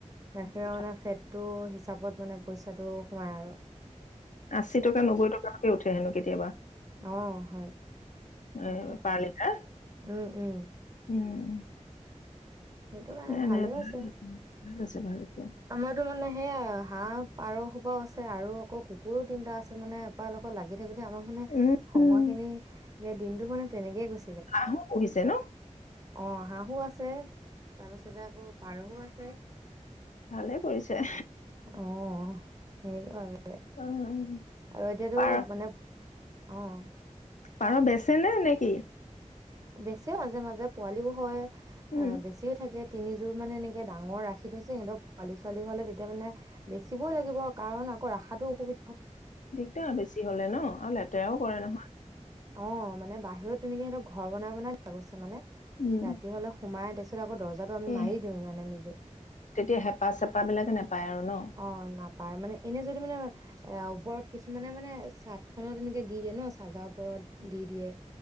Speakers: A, on the right; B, on the left.
A: গাখীৰৰ
B: কথা
A: মানে ফেট টো হিচাপত মানে পইচাটো সোমাই আৰু
B: আশী টকা নব্বৈ টকালৈকে উঠি। হেনো কেতিয়াবা।
A: অহ ' হয়
B: এ
A: এইটোৱে
B: পাৰ লিটাৰ
A: উম - উম।
B: উম
A: সেইটো কাৰণে
B: নাই
A: ভালে
B: নাই ভাল
A: আছে
B: হৈছে ভাল হৈছে
A: আমাৰতো মানে সেয়া হাহ পাৰসবাও আছে আৰু আকৌ কুকুৰো তিনটা আছে মানে এপোকৰ লাগি স গতি আমাৰ মানে
B: উম
A: সময়খিনি এ দিনতটো মান তেনেকে গৈছে।
B: সাহু পঢ়িছে ন।
A: অহ 'হাহু আছে। তাৰ পাছতে আকৌ পাৰহো আছে।
B: ভালে কৰিছে।
A: অহ ' সেইবাবে আৰু
B: অ'
A: এতিয়াতো
B: পাৰ
A: মানে। অহ ',
B: পাৰ বেচ নে - নে কি?
A: বেছি মাজে - মাজে পোৱালিও হয়।
B: উম
A: অহ 'বেছিও থাকে। তিনিযোৰ মানে এনেকৈ ডাঙৰ ৰাখি থৈছে সিহঁতক পোৱালী ছোৱালী হ'লে তেতিয়া মানে বেচিবই লাগিব কাৰণ আকৌ ৰাখাটো অসুবি
B: দিগদাৰ বেছি হ'লে ন আৰু লে তেৰাও কৰে নহয়।
A: অ' মানে বাহিৰত তেনেকে সিহঁতক ঘৰ বনাই- বনাই দিয়া গৈছে মানে।
B: উম
A: ৰাতি হ'লে সোমাই তাৰপিছত আকৌ দৰ্জাটো আমি
B: এই
A: মাৰি দিওঁ মানে নিজে।
B: তেতিয়া হেঁপা চেপা বিলাকে নোপায় আৰু ন
A: অঁ, না পায় মানে এনে যদি মানে এ ওপৰত কিছুমানে মানে চাট খনত তেনেকে দি দিয়ে ন চাজা ওপৰত দি দিয়ে।